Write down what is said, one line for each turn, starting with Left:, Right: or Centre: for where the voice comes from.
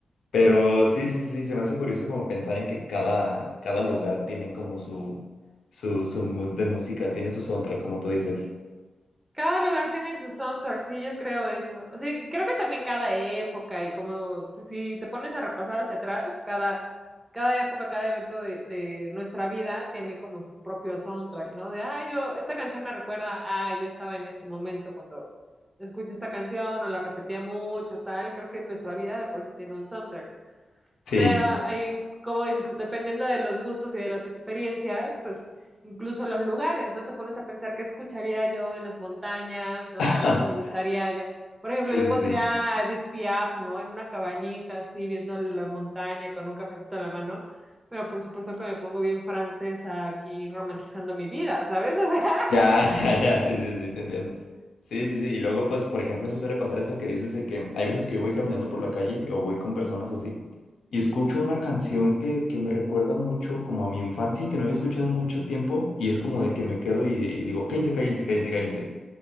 Left: Pero sí, sí, sí, se me hace curioso como pensar en que cada, cada lugar tiene como su, su, su mood de música, tiene su soundtrack, como tú dices.
Right: Cada lugar tiene su soundtrack, sí, yo creo eso. O sea, y creo que también cada época y como si, si te pones a repasar hacia atrás, cada, cada época, cada evento de, de nuestra vida tiene como su propio soundtrack, ¿no? De, ah, yo, esta canción me recuerda, ah, yo estaba en este momento cuando escuché esta canción o la repetía mucho, tal. Creo que nuestra vida de por sí tiene un soundtrack.
Left: Sí.
Right: Pero hay, como dices, dependiendo de los gustos y de las experiencias, pues incluso los lugares, ¿no? Te pones a pensar qué escucharía yo en las montañas, ¿no?
Left: <laughs>
Right: O sea, qué me gustaría allá. Por ejemplo,
Left: Sí,
Right: yo
Left: sí,
Right: pondría
Left: sí.
Right: a Edith Piaf, ¿no? En una cabañita, así, viendo la montaña con un cafecito a la mano. Pero por supuesto que me pongo bien francesa aquí, romantizando mi vida, ¿sabes? <laughs> O sea,
Left: Ya, <laughs> ya, ya, sí, sí, sí, te entiendo. Sí, sí, sí. Y luego, pues, por ejemplo, se suele pasar eso que dices de que hay veces que yo voy caminando por la calle o voy con personas así y escucho una canción que, que me recuerda mucho como a mi infancia y que no había escuchado en mucho tiempo y es como de que me quedo y, y digo, cállense, cállense, cállense, cállense.